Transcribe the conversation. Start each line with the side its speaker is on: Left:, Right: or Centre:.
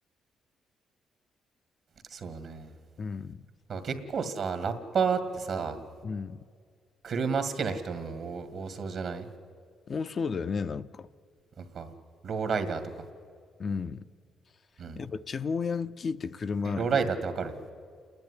Right: そうね。
Left: うん。
Right: なんか結構さ、ラッパーってさ、
Left: うん。
Right: 車好きな人も多多そうじゃない
Left: お、そうだよね、なんか。
Right: なんか、ローライダーとか。
Left: うん。
Right: うん。
Left: やっぱ地方ヤンキーって車、
Right: え、ローライダーってわかる